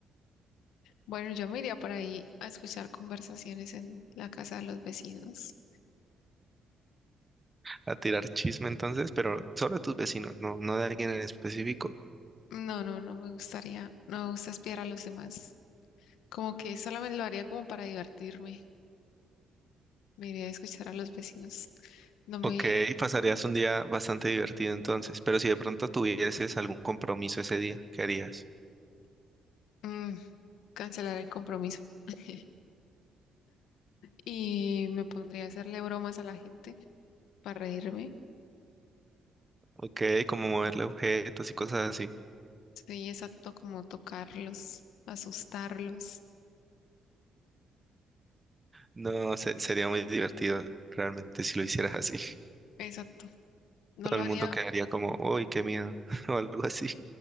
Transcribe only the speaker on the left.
bueno, yo me iría por ahí a escuchar conversaciones en la casa de los vecinos.
No, no, no me gustaría, no me gusta espiar a los demás. Como que solamente lo haría como para divertirme. Me iría a escuchar a los vecinos. No me
mm, cancelar el compromiso. <laughs> Y me pondría a hacerle bromas a la gente. para reírme.
Sí, exacto, como tocarlos, asustarlos.
Exacto. No
lo
haría,